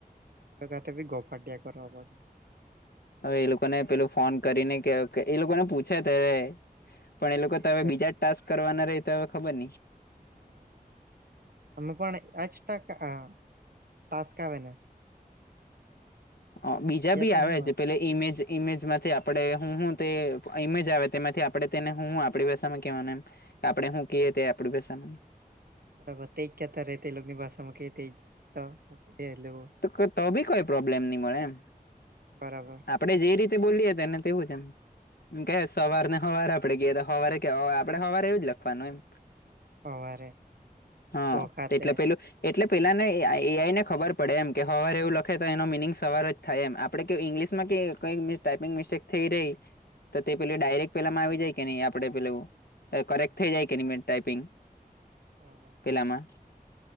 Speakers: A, on the right (about 75°); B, on the left (about 85°).
A: એતે બી ગોફાટિયા કરવા પડે.
B: હવે એ લોકોને પેલું ફોન કરીને કે એ લોકોને પૂછે ત્યારે, પણ
A: હા
B: એ લોકો
A: તે
B: તો હવે
A: તે
B: બીજા જ
A: બી
B: ટાસ્ક
A: એવું
B: કરવાના રહે તો હવે ખબર નહી.
A: હા બરાબર હ પણ એચ ટકા ટાસ્કા આવેના,
B: હ બીજા બી
A: તો
B: આવે
A: હું
B: છે પેલે, ઇમેજ ઇમેજમાંથી આપણે હું હું તે ઇમેજ આવે તેમાંથી આપણે તેને હું આપણી ભાષામાં કેહેવાના એમ, આપડે હું કએ તે આપડું ભાસા માં એમ,
A: બરાબર તેજ કહેતા રહે તે એ લોગની ભાષામાં કે તે જ તો કે એટલે વ,
B: તો તો બી કોઈ પ્રોબ્લેમ નહી મળે એમ
A: બરાબર
B: આપડે જે રીતે બોલીએ ત એને તેવું છે એમ એમ કે સવાર ને હવાર આપડે ઘેર હવારે કે હવે આપણે હવારે એવું જ લખવાનું એમ
A: હવારે
B: હા
A: વખાતે
B: એટલે પેલું એટલે પેલાને એઆઈ ને ખબર પડે એમ કે હવાર એવું લખે તો એનો મિનિંગ સવાર જ થાય એમ આપણે ઇંગ્લિશમાં કઈ ટાઈપિંગ મિસ્ટેક થઈ રહી તો
A: હા
B: તે પેલી ડાયરેક્ટ પેલામાં આવી જાય કે નહી આપડે પેલું કરેક્ટ થઈ જાય કે ટાઈપિંગ
A: હા હા
B: પેલા માં